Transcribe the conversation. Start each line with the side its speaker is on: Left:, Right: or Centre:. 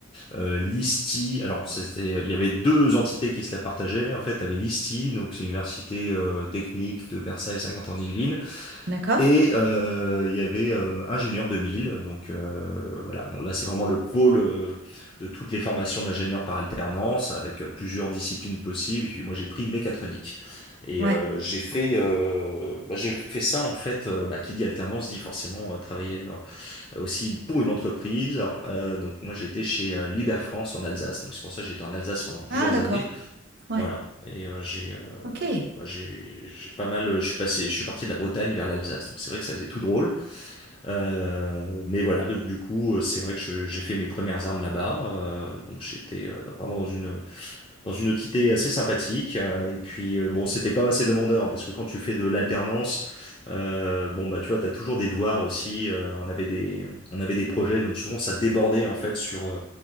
Left: euh, l'ISTI. Alors c'était, il y avait deux entités qui se la partageaient. En fait, tu avais l'ISTI, donc c'est l'université euh, technique de Versailles-Saint-Quentin-en-Yvelines.
Right: D'accord.
Left: Et euh, il y avait euh, ingénieur 2000, donc euh, voilà. Bon, là c'est vraiment le pôle euh, de toutes les formations d'ingénieurs par alternance, avec euh, plusieurs disciplines possibles. Et puis moi j'ai pris mécatronique. Et
Right: Ouais.
Left: euh, j'ai fait, euh, bah, j'ai fait ça en fait. euh, bah, qui dit alternance dit forcément euh, travailler euh, aussi pour une entreprise. Euh, donc moi j'étais chez euh, Liber France en Alsace. Donc c'est pour ça que j'étais en Alsace pendant plusieurs
Right: Ah, d'accord.
Left: années.
Right: Ouais.
Left: Voilà. Et euh, j'ai euh,
Right: OK.
Left: bah, j'ai j'ai pas mal. euh, Je suis passé, je suis parti de la Bretagne vers l'Alsace. Donc c'est vrai que ça faisait tout drôle. Euh, mais voilà. Donc du coup, euh, c'est vrai que je- j'ai fait mes premières armes là-bas. Euh, donc j'étais euh, vraiment dans une dans une entité assez sympathique. euh, Et puis, euh, bon, c'était quand même assez demandeur, parce que quand tu fais de l'alternance, euh, bon, bah, tu vois, t'as toujours des devoirs aussi. euh, on avait des, on avait des projets, donc souvent, ça débordait, en fait, sur euh,